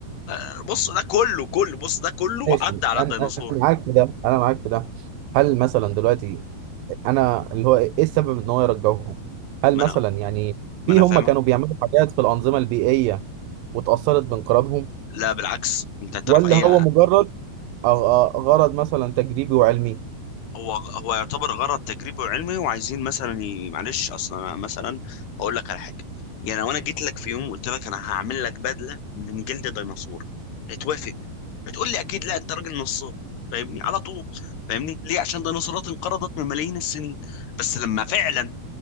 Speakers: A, on the left; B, on the right.
A: آه، بص ده كله كله بص ده كله
B: ماشي
A: عدى على
B: أنا
A: الديناصور
B: أنا معاك في ده أنا معاك في ده هل مثلا دلوقتي أنا اللي هو إيه السبب إن هو يرجعوهم؟ هل
A: ما
B: مثلا
A: أنا
B: يعني
A: ما
B: في
A: أنا
B: هم
A: فاهمك
B: كانوا بيعملوا حاجات في الأنظمة البيئية واتأثرت بانقراضهم
A: لا بالعكس أنت تعرف
B: ولا
A: أي
B: هو مجرد آه، آه، غرض مثلا تجريبي وعلمي؟
A: هو هو يعتبر غرض تجريبي وعلمي وعايزين مثلا ي... معلش اصلا أنا مثلا اقول لك على حاجه يعني لو انا جيت لك في يوم قلت لك انا هعمل لك بدله من جلد ديناصور هتوافق بتقول لي اكيد لا انت راجل نصاب فاهمني على طول فاهمني ليه عشان ديناصورات انقرضت من ملايين السنين بس لما فعلا